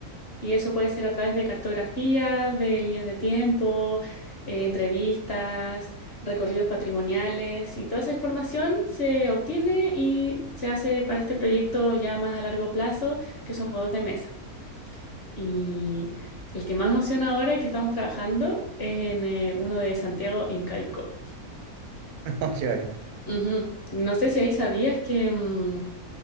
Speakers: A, on the left; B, on the right.
A: Y eso puede ser a través de cartografía, de líneas de tiempo, eh, entrevistas, recorridos patrimoniales y toda esa información se obtiene y se hace para este proyecto ya más a largo plazo, que son juegos de mesa. Y el que más me emociona ahora que estamos trabajando es en eh, uno de Santiago Incaico.
B: <laughs> Oh, qué bacán.
A: Ujú. Y No sé si ahí sabías que, mm,